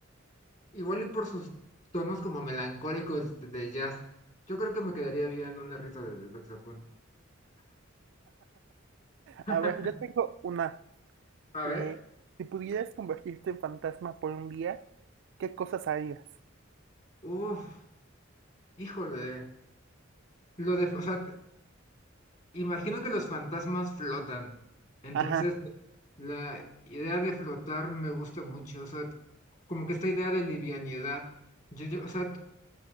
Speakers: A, on the left; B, on the right.
A: Igual y por sus tonos como melancólicos de jazz. Yo creo que me quedaría bien una risa de de saxofón. <laughs>
B: A ver, yo tengo una.
A: A
B: Eh,
A: ver,
B: si pudieras convertirte en fantasma por un día, ¿qué cosas harías?
A: uff, híjole. Lo de, o sea, Imagino que los fantasmas flotan. Entonces,
B: Ajá.
A: la idea de flotar me gusta mucho. O sea, como que esta idea de livianidad. Yo, yo, o sea,